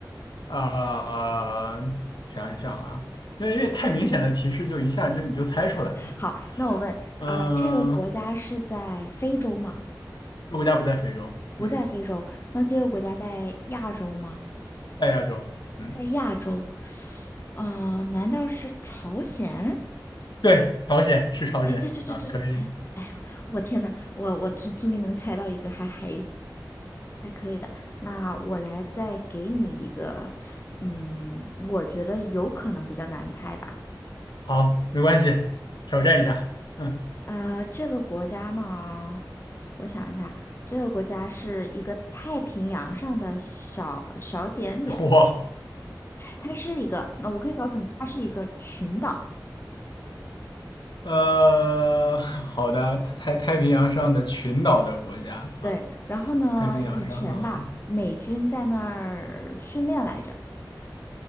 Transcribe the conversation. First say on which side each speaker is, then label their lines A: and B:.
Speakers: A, on the left; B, on the left.
A: 啊、想一想啊，因为因为太明显的提示就一下就你就猜出来了，
B: 好，那我问，
A: 嗯、
B: 啊、这个国家是在非洲吗？
A: 这国家不在非洲，
B: 不在非洲，
A: 嗯，
B: 那这个国家在亚洲吗？
A: 在亚洲，嗯，
B: 在亚洲，嗯、呃难道是朝鲜？
A: 对，朝鲜是朝鲜啊，
B: 哎，这这这这，
A: 可以，
B: 哎哎呦，我天呐，我我终终于能猜到一个还还还可以的。那我来再给你一个，嗯，我觉得有可能比较难猜吧。
A: 好，没关系，挑战一下，嗯，
B: 呃，这个国家呢，我想一下，这个国家是一个太平洋上的小小点点。
A: 我，
B: 它是一个，那我可以告诉你，它是一个群岛。
A: 呃，<laughs> 好的，太太平洋上的群岛的国家啊，
B: 对，然后呢，
A: 太平洋上，
B: 以前吧，
A: 嗯
B: 美军在那儿训练来着。